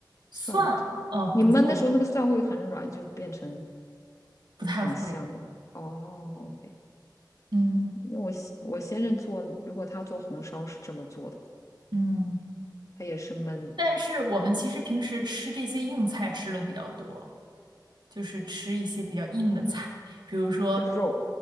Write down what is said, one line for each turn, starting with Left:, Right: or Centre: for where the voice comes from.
Right: 蒜，
Left: 蒜头。
Right: 呃，
Left: 你焖的时候，
Right: 不会，
Left: 那个蒜会很软，就变成
Right: 不太会。
Left: 很香的。哦，OK，
Right: 嗯
Left: 因为我先我先生做，如果他做红烧是这么做的，
Right: 嗯。
Left: 他也是焖，
Right: 但是我们其实平时吃这些硬菜吃的比较多，就是吃一些比较硬的菜，比如说，
Left: 就是肉。